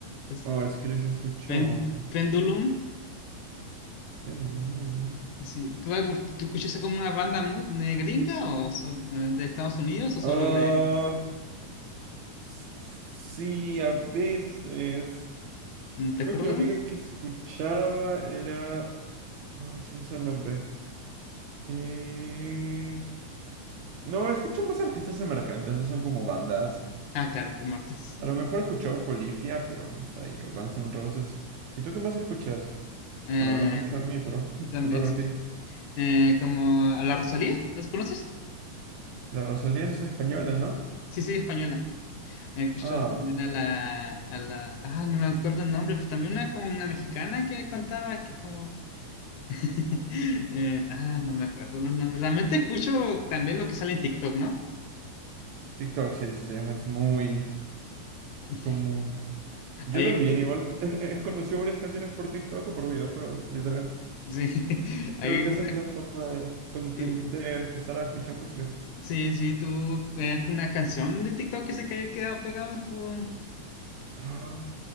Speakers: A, on the left; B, on the right.
A: es-
B: No, es que yo sí he escuchado.
A: Pen- Pendulum.
B: Pendulum.
A: Sí. ¿Tú, algún- tú escuchas como una banda mu- eh, gringa o sol- eh, de Estados Unidos o solo
B: Ah,
A: de...
B: s- sí, a veces.
A: mm, ¿Te
B: Creo
A: acuerdas?
B: que la
A: de
B: única
A: una?
B: que escuchaba era. Ah, se me sale el nombre. Eh, No, escucho más artistas emergentes, no son como bandas.
A: Ah, claro, como artistas.
B: A lo mejor he escuchado Polifia, pero hasta ahí, o Guns N' Roses. ¿Y tú qué más escuchas?
A: Eh,
B: Bueno, hablo mucho de mí, pero <laughs>
A: también,
B: te toca
A: sí.
B: a ti.
A: Eh, como a la Rosalía, ¿las conoces?
B: La Rosalía es española, ¿no?
A: Sí, sí, española. Eh, Escucho
B: Ah,
A: también a la, a la... Ah, no me acuerdo el nombre, pero también una como una mexicana que cantaba que como... <laughs> eh, ah, no me acuerdo los nombres. Realmente escucho también lo que sale en TikTok, ¿no?
B: TikTok, sí, sí, sí, es muy
A: <laughs>
B: común. Yo
A: Hay,
B: también, igual, he, he conocido varias canciones por TikTok o por videojuegos, literal.
A: sí, <laughs> hay
B: Creo que
A: una...
B: esa es la forma de, conten-
A: sí,
B: de empezar a escuchar música.
A: Sí, sí, tú es una canción de TikTok que se que haya quedado pegada, tú.
B: Ah,